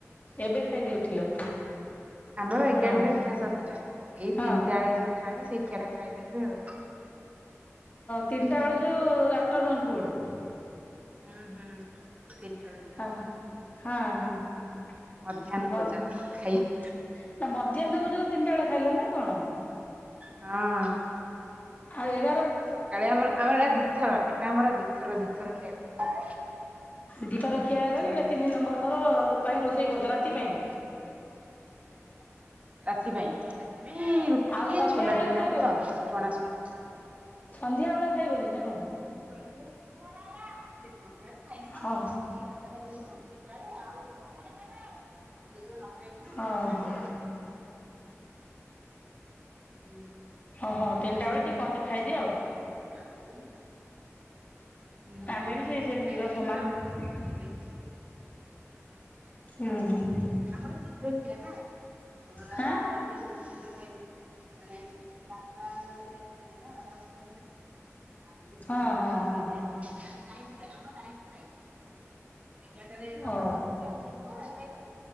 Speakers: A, on the left (about 30°); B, on the right (about 30°).
A: ଏବେ ଖାଇକି ଉଠିଲ।
B: ଆମର ଏଗାରଟାରେ
A: ହଁ
B: ଖିଆ ସରିଥିଲା। ଏଇ
A: ହଁ
B: ତିନିଟା ବେଳେ ଯୋଉ ଖାଆନ୍ତି! ସେଇ ଖିଆ ଟା ଖାଇଲି ଏବେ ଆଉ।
A: ତିନିଟା ବେଳେ ଯୋଉ ଆଫ୍ଟରନୁନ୍ ଫୁଡ଼।
B: ହୁଁ ହୁଁ। ତିନିଟା ବେଳେ ଯୋଉ ଖାଆନ୍ତି
A: ଆ ହାଁ ହାଁ।
B: ମଧ୍ୟାହ୍ନ
A: ଭଲ
B: ଭୋଜନ
A: ନା
B: ଖାଇବା
A: ମଧ୍ୟାହ୍ନ ଭୋଜନ ତିନିଟା ବେଳେ ଖାଇଲ ନା କଣ?
B: ହଁ।
A: ଆଉ ଏ
B: ସକାଳେ ଆମର, ଆମର ଏଟା ଦିଥର ଏଟା ଆମର ଦି ଥର ଦି ଥର ଖିଆ ଗଲା।
A: ଦିଇଥର ଖିଆ ହେଲାଣି।
B: ହୁଁ
A: ଏଟା ତିନି ନମ୍ବର ଥର ପାଇଁ ରୋଷେଇ କରୁଛ ରାତି ପାଇଁ।
B: ରାତିପାଇଁ ରାତିପାଇଁ ରୁଟି
A: ଆଉ
B: ଟିକେ
A: ସନ୍ଧ୍ୟା
B: ଛୋଲା
A: ବେଳେ
B: ଟିକେ
A: ଖାଇବନି
B: ହବ ତ! ଚଣା ସୋଲା
A: ସନ୍ଧ୍ୟା ବେଳେ ଖାଇବନି ନା କଣ?
B: <inaudible>
A: ହଁ
B: <inaudible>
A: ହଁ ହଁ
B: ହୁଁ।
A: ଓହୋ ତିନିଟା ବେଳେ ଟିକେ କଣ ଟିକେ ଖାଇଦିଅ ଆଉ।
B: <inaudible> ହୁଁ
A: ଆମେ ବି ସେଇ
B: ସେ
A: ସେମିତି
B: ଖାଇ
A: ବା
B: ଦେଇକି
A: ସମାନ।
B: ଖାଉ ପୁଣି
A: ହୁଁ
B: ଆମର ଶୀଘ୍ର ଖିଆ ନା ଆମର
A: ହାଁ
B: ସକାଳୁ। <unintelligible> ଶୀଘ୍ର ଖାଇ ଦଉଛୁ ମାନେ ବାପାଙ୍କର ଦେହ ଭଲ ନାହିଁ ନା <unintelligible> ଶୀଘ୍ର
A: ହଁ
B: ଆମର
A: ହଁ ହଁ।
B: <inaudible> ଆମ ଟାଇମ୍ ଟୁ ଟାଇମ୍। ଏଗାର ଟା ରେ ବାପା
A: ଓ
B: ଖାଇ ପଡ଼ି ଥିବେ, ଆମେ ସେଠି ବସିକି ଖାଇଦଉ।